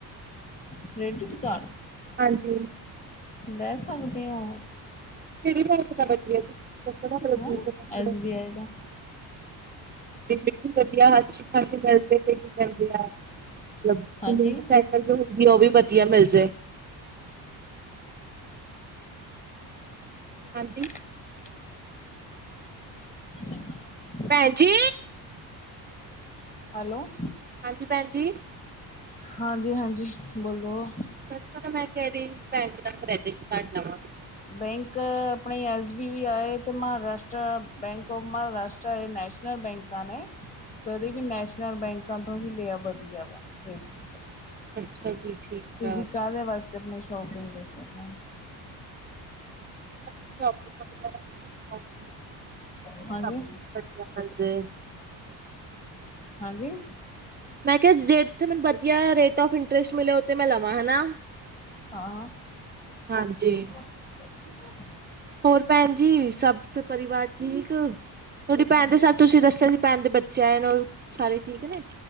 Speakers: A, on the left; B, on the right.
A: ਕ੍ਰੈਡਿਟ ਕਾਰਡ?
B: ਹਾਂਜੀ।
A: ਦੈ, ਸਕਗਦੇ ਹੋ।
B: ਕਿਹੜੀ ਹੱਥ ਦਾ, ਵੱਜਿਆ ਜੀ, ਤੁਸੀਂ ਦੱਸੋ।
A: ਹੁਣ ਐਸ ਬੀ ਆਈ ਦਾ
B: ਬਿਲਕੁਲ, ਵਧੀਆ, ਅੱਛੀ ਖ਼ਾਸੀ ਮਿਲ ਜੇ। ਕੀ ਕਹਿੰਦੇ, ਆ ਮਤਲਬ
A: ਹਾਂਜੀ
B: ਲਿੰਕ ਸਾਈਕਲ ਜੋ ਹੁੰਦੀ ਆ। ਉਹ ਵੀ ਵਧੀਆ ਮਿਲ ਜਾਏ। ਹਾਂਜੀ,
A: <inaudible> <inaudible>
B: ਭੈਣ, ਜੀ
A: ਹੈਲੋ?
B: ਹਾਂਜੀ ਭੈਣਜੀ।
A: ਹਾਂਜੀ, ਹਾਂਜੀ ਬੋਲੋ।
B: ਤਾਂ ਮੈਂ ਕਹਿ ਰਹੀ, ਬੈਂਕ ਦਾ ਕ੍ਰੈਡਿਟ ਕਾਰਡ ਲਵਾਂ
A: ਬੈਂਕ ਆਪਣੇ ਐਸ ਬੀ ਬੀ ਆਏ ਤੇ Maharashtra bank of Maharashtra nation ਬੈਂਕਾਂ ਨੇ ਕਦੇ ਵੀ ਨੈਸ਼ਨਲ ਬੈਂਕਾਂ ਤੋਂ ਹੀ ਲਿਆ ਵਧੀਆ ਵਾ, ਕ੍ਰੇਡਿਟ ਕਾਰਡ।
B: ਅੱਛਾ, ਅੱਛਾ ਜੀ ਠੀਕ।
A: ਤੁਸੀਂ
B: ਆ।
A: ਕਾਹਦੇ ਵਾਸਤੇ ਆਪਣੀ ਸ਼ੋਪਿੰਗ ਕਰਨੀ
B: ਸ਼ੋਪਿੰਗ ਵਗੈਰਾ ਦਾ ਵੀ ਮਿਲ ਜੇ,
A: ਹੈ? ਹਾਂਜੀ।
B: ਸਭ ਵਧੀਆ ਮਿਲ ਜੇ।
A: ਹਾਂਜੀ?
B: ਮੈਂ ਕਿਹਾ, ਜੇ ਉੱਥੇ ਮੈਨੂੰ ਵਧੀਆ, ਰੇਟ ਆਫ ਇੰਟਰਸਟ ਮਿਲੇ ਉੱਥੇ ਮੈਂ, ਲਵਾਂ ਹਨਾ।
A: ਹਾਂ
B: ਹਾਂਜੀ,
A: <inaudible>
B: ਹੋਰ ਭੈਣ ਜੀ, ਸਭ ਪਰਿਵਾਰ ਠੀਕ, ਤੁਹਾਡੀ ਭੈਣ ਦੇ ਸੱਚ ਤੁਸੀਂ ਦੱਸਿਆ ਸੀ। ਭੈਣ ਦੇ ਬੱਚੇ ਆਏ ਨੇ, ਉਹ ਸਾਰੇ ਠੀਕ ਨੇ,